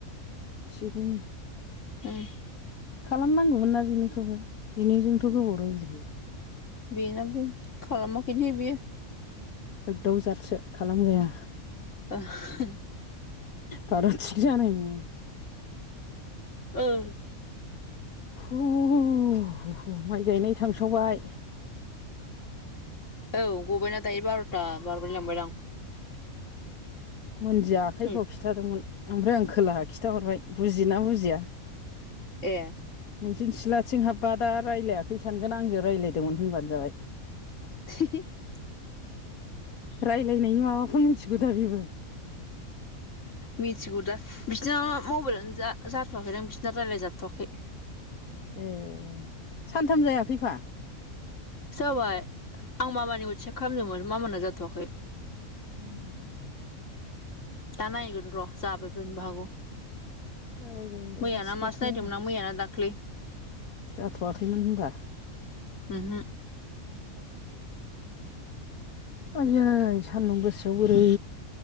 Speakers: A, on the left; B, on the left.
A: थिगैनो।
B: उम।
A: खालामनांगौमोन ना बिनिखौबो बिनिजोंथ' गोबाव राय्लाजायो।
B: बेनाबो खालामाखैनो बियो।
A: होगदाव जाथसो खालाम जाया।
B: <unintelligible>
A: बारा थिक जानाय नङा।
B: ओं।
A: हु हु हु माइ गायनाय थांसावबाय।
B: औ। गबायना दायो बार'था बार'लाय लांबायदां।
A: मोनदिया आखाइ
B: उम
A: फाव खिन्थादोंमोन। ओमफ्राय आं खोलाहा खिनथाहरबाय बुजिना बुजिया।
B: ए।
A: नोंसिनि सिलाथिं हाबबा दा रायज्लायाखै सानगोन आंजों रायज्लायदोंमोन होनबानो जाबाय।
B: <unintelligible>
A: रायज्लायनायनि माबाखौ मिथिगौ दा बेबो।
B: मिथिगौ दा बिसोरना मबाइलानो जाथ'वाखैदां बिसिरना रायलाय जाथ'वाखै।
A: ए सानथाम जायाखैफा?
B: जाबाय आं मामानिखौ चेक खालामदोंमोन मामाना जाथ'वाखै।
A: <inaudible>
B: दा नायगोन र' जाबाय बायनोबो हागौ।
A: जाबायबायनोबो
B: मैयाना
A: हासिगौथ'
B: मासो नायदोंमोन
A: आरो
B: आं मैयाना दाख्लै।
A: जाथ'वाखैमोन होनबा?
B: उम हो।
A: आयै सान्दुं गोसायाव बोरै